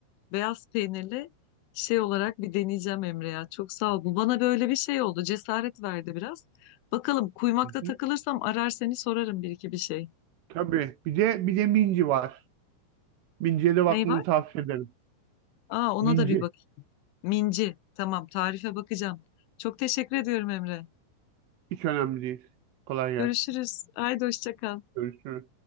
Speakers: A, on the left; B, on the right.
A: beyaz peynirli şey olarak bir deneyeceğim Emre ya. Çok sağ ol. Bu bana böyle bir şey oldu. Cesaret verdi biraz. Bakalım kuymakta
B: Hı hı.
A: takılırsam arar seni sorarım bir iki bir şey.
B: Tabii. Bir de bir de minci var. Minciye de bakmanı
A: Ney var?
B: tavsiye ederim.
A: Aa ona
B: Minci.
A: da bir bak. Minci. Tamam tarife bakacağım. Çok teşekkür ediyorum Emre.
B: Hiç önemli değil. Kolay gelsin.
A: Görüşürüz. Haydi hoşça kal.
B: Görüşürüz.